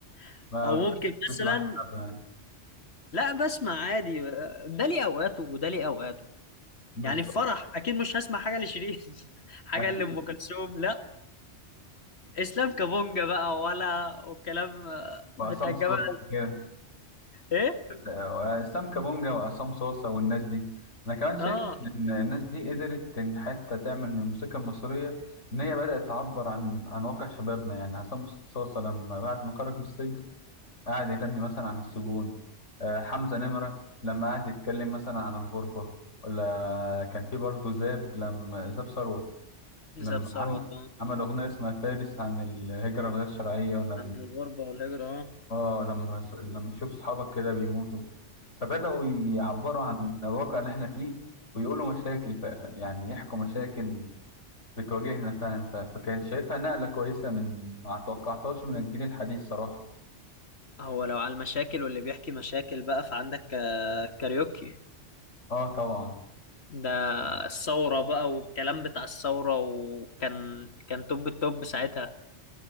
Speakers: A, on the left; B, on the left.
A: <laughs>
B: ما
A: أو ممكن مثلا
B: بتسمعش شعب يعني
A: لا بسمع عادي آه، ده ليه أوقاته وده ليه أوقاته
B: بالظبط
A: يعني في فرح أكيد مش هسمع حاجة لشيرين <laughs> حاجة
B: اكيد
A: لأم كلثوم لا اسلام كابونجا بقى ولا والكلام آه،
B: وعصام
A: بتاع الجماعه
B: صوت كده
A: ايه
B: واسلام كابونجا وعصام صوصه والناس دي انا كمان شايف
A: اه
B: ان الناس دي قدرت ان حتى تعمل من الموسيقى المصريه ان هي بدات تعبر عن عن واقع شبابنا يعني عصام صوصه لما بعد ما خرج من السجن قعد يغني مثلا عن السجون آه، حمزه نمره لما قعد يتكلم مثلا عن الغربه ولا كان في برضه زاب لما زاب ثروت
A: ذهب
B: لما
A: ثروت
B: عمل
A: اه
B: عمل اغنيه اسمها فارس عن الهجره الغير شرعيه لما
A: عن الغربه والهجره اه
B: اه لما س- لما تشوف اصحابك كده بيموتوا فبدأوا ي- يعبروا عن الواقع اللي احنا فيه ويقولوا مشاكل ف... يعني يحكوا مشاكل بتواجهنا فعلا ف... فكان شايفها نقلة كويسة من ما توقعتهاش من الجيل الحديث صراحة
A: هو لو على المشاكل واللي بيحكي مشاكل بقى فعندك آه، كاريوكي
B: اه طبعا
A: ده الثوره بقى والكلام بتاع الثوره وكان كان توب التوب ساعتها